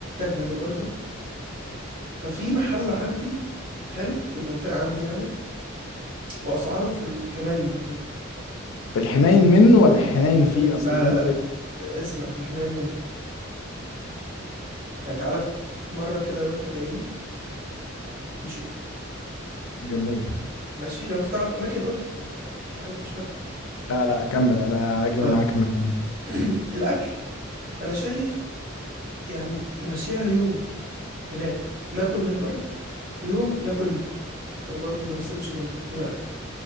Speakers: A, on the right; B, on the left.
A: مايو برضو ففي محل عندي حلو في المنطقة عندي يعني واسعاره في الحنين كده
B: في الحنين منه ولا الحنين
A: في
B: فيه
A: ال...
B: اصل
A: لا
B: الاتنين
A: لا لا
B: دول
A: اسمع في الحنين منه يعني تعالى في مره كده وانت جاي لي نشوف
B: جميل
A: ماشي لو انت تعرف اماكن قول لي يعني عادي مش فارقه
B: لا لا كمل انا هاجي
A: طيب
B: معاك المكان
A: <clears throat> الاكل انا شايف يعني نمشيها يوم هناك ناكل من بره ويوم ناكل من البيت عشان برضو ما نصرفش جامد ايه رايك